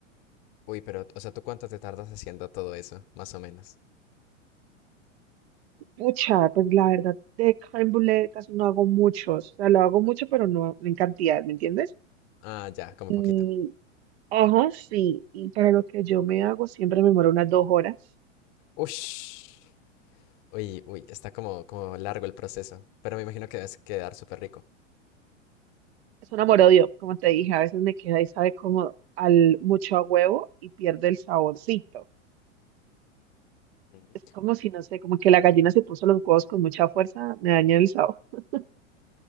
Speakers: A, on the left; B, on the right.
A: Uy, pero, o sea, ¿tú cuánto te tardas haciendo todo eso? Más o menos.
B: Pucha, pues la verdad, de crème casi no hago muchos. O sea, lo hago mucho, pero no en cantidad, ¿me entiendes?
A: Ah, ya, como
B: Y,
A: poquito.
B: ajá, sí. Y para lo que yo me hago, siempre me demoro unas dos horas.
A: Ush. Uy, uy, está como, como largo el proceso. Pero me imagino que debes quedar súper rico.
B: Es un amor-odio, como te dije, a veces me queda y sabe como al mucho a huevo y pierde el saborcito.
A: Ujú.
B: Es como si, no sé, como que la gallina se puso los huevos con mucha fuerza, me daña el sabor. <laughs>